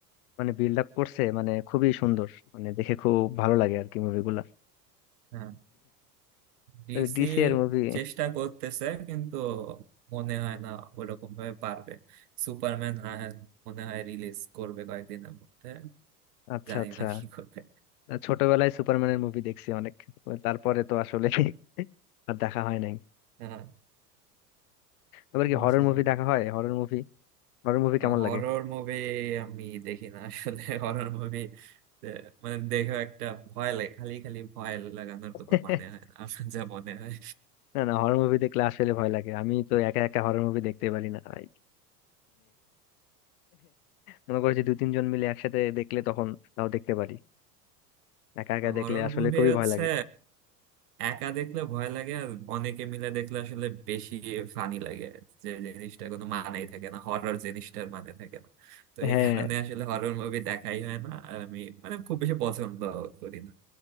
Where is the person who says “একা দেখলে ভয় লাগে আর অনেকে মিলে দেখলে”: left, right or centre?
Right